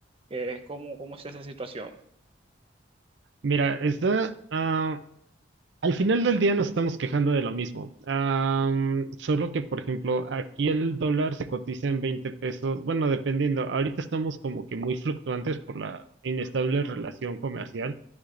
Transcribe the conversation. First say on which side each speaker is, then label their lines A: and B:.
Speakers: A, on the right (about 30°); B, on the right (about 75°).
A: eh, ¿cómo, cómo está esa situación?
B: Mira, está, ah, al final del día nos estamos quejando de lo mismo. Am, solo que, por ejemplo, aquí el dólar se cotiza en 20 pesos. Bueno, dependiendo. Ahorita estamos como que muy fluctuantes por la inestable relación comercial.